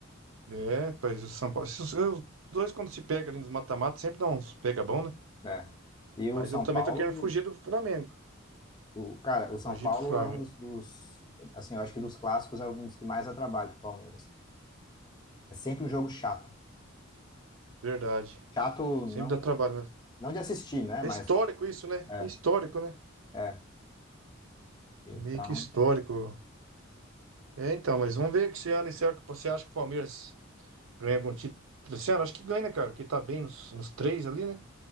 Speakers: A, on the right; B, on the left.
A: É, pois o São Paulo. se Os os dois, quando se pega ali nos mata-mata, sempre dá uns pega bom, né?
B: É. E o
A: Mas
B: São
A: eu também
B: Paulo.
A: tô querendo fugir do Flamengo.
B: O, cara, o São
A: Fugir
B: Paulo
A: do Flamengo.
B: é um dos, dos- assim, eu acho que dos clássicos é um dos que mais dá trabalho pro Palmeiras. É sempre um jogo chato.
A: Verdade.
B: Chato
A: Sempre
B: não,
A: dá trabalho, né?
B: não de assistir, né?
A: É
B: Mas
A: histórico isso, né?
B: é,
A: É histórico, né?
B: é. Então,
A: É meio que histórico. É, então, mas vamos ver que esse ano, será que você acha que o Palmeiras ganha algum título esse ano? Acho que ganha, né, cara? Porque tá bem nos, nos três ali, né?